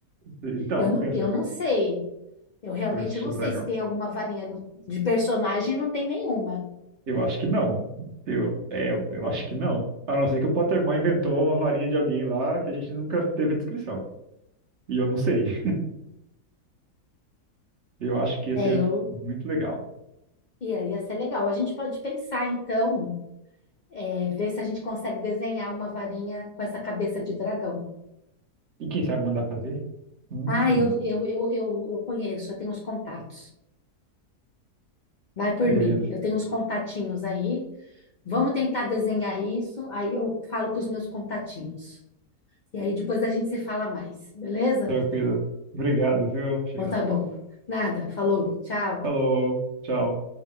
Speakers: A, on the right; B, on the left.
A: Então,
B: Eu não,
A: pensa,
B: eu
A: ca-
B: não sei. Eu realmente
A: cabeça
B: não
A: de
B: sei
A: dragão.
B: se tem alguma varinha no- de personagem, não tem nenhuma.
A: Eu acho que não. Eu, é, eu acho que não. A não ser que o Pottermore inventou uma varinha de alguém lá que a gente nunca teve descrição. E eu não sei. <laughs> Eu acho que ia
B: É,
A: ser
B: eu
A: muito legal.
B: ia, ia ser legal. A gente pode pensar, então, é, ver se a gente consegue desenhar uma varinha com essa cabeça de dragão.
A: E quem sabe mandar fazer? Hum,
B: Ah, eu, eu, eu, eu, eu conheço, eu tenho os contatos. Vai por
A: beleza.
B: mim. Eu tenho uns contatinhos aí. Vamos tentar desenhar isso. Aí eu falo com os meus contatinhos. E aí depois a gente se fala mais, beleza?
A: Tranquilo. Obrigado, viu, Sheila?
B: Então tá bom. Nada, falou, tchau.
A: Falou. Tchau.